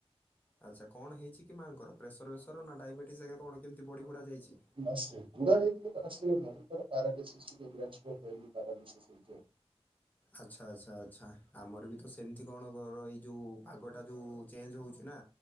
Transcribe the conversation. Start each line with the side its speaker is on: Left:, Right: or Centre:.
Left: ଆଚ୍ଛା କଣ ହେଇଛି କି ମାଆଙ୍କର ପ୍ରେସର ବେସର ନା ଡାଇବେଟିସ ସ ଏକା କଣ କେମିତି ବଢ଼ି ବୁଢା ଯାଇଛି।
Right: ନା ସେଗୁଡା ହେଇଥିଲେ ତ ଆସି ନଥାନ୍ତି ତା ର ପାରାଲିସିସ୍ ରୁ ଟିକେ ବ୍ରେନ ଷ୍ଟ୍ରୋକ ହେଇକି ପାରାଲିସିସ୍ ହେଇଛି‌ ଆଉ।
Left: ଆଚ୍ଛା, ଆଚ୍ଛା, ଆଚ୍ଛା ଆମର ବି ତ ସେମିତି କଣ ଗ ଏଇ ଯୋଉ ପାଗଟା ଯୋଉ ଚେଞ୍ଜ ହେଉଛି ନା।